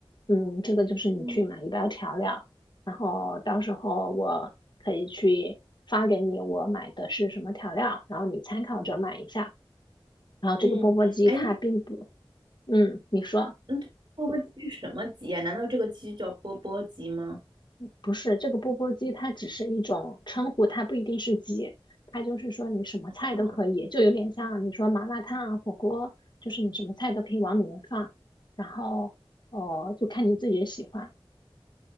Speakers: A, on the left; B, on the right.
A: 嗯，这个就是你去买一包调料，
B: 嗯，
A: 然后到时候我可以去发给你我买的是什么调料，然后你参考着买一下。然后这个钵钵鸡它并不，
B: 嗯，哎，那
A: 嗯，你说。
B: 嗯，钵钵鸡是什么鸡啊？难道这个鸡就叫钵钵鸡吗？
A: 不是，这个钵钵鸡它只是一种称呼，它不一定是鸡，它就是说你什么菜都可以，
B: 哦，
A: 就有点像你说麻辣烫啊、火锅，就是你什么菜都可以往里面放，然后哦，就看你自己的喜欢。